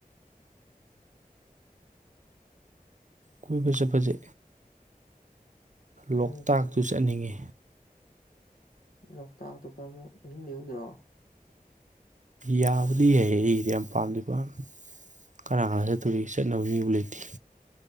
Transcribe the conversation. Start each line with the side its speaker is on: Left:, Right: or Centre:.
Right: ꯀꯣꯏꯕ ꯆꯠꯄꯁꯦ
Left: ꯀꯥꯏ
Right: ꯂꯣꯛꯇꯥꯛꯇꯨ
Left: ꯆꯠꯁꯦ ꯍꯥꯏꯅꯣ
Right: ꯆꯠꯅꯤꯡꯉꯤ
Left: ꯂꯣꯛꯇꯥꯛꯇꯣ ꯀꯔꯃꯨꯛ ꯑꯍꯤꯡꯕꯤꯎꯗꯔꯣ
Right: ꯌꯥꯕꯗꯤ ꯍꯥꯏ ꯏꯗꯤ ꯌꯥꯝꯄꯜꯗꯄꯥ ꯀꯅꯥꯒꯗ ꯇꯔꯤ ꯆꯠꯅꯕ ꯃꯤꯕꯨ ꯂꯩꯇꯦ